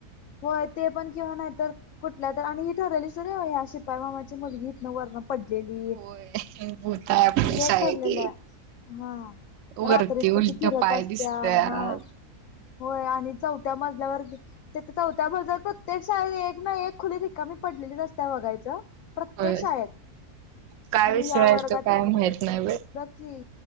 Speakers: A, on the left; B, on the right.
A: होय ते पण किंवा नाहीत तर कुठल्या तर आणि ही ठरलेली सुर ह्या शिपाई मामाची मुलगी वर्ण पडलेली
B: होय भूत आहे आपल्या शाळेत
A: एक ठरलेलं
B: एक.
A: हा
B: वरती
A: रात्रीच
B: उलट
A: ती फिरत
B: पाय
A: असत्या
B: दिसत्यात
A: हा होय आणि चौ त्या मजल्यावर चौथ्या मजवर प्रत्येक शाळेेत एक ना एक खुली रिकामी पडलेलीच असत वघायच प्रत्येक
B: होय.
A: शाळेत
B: काय
A: आणि
B: विषय
A: या
B: आहे
A: वर्गात
B: तो काय माहित नाही बाई.
A: नकी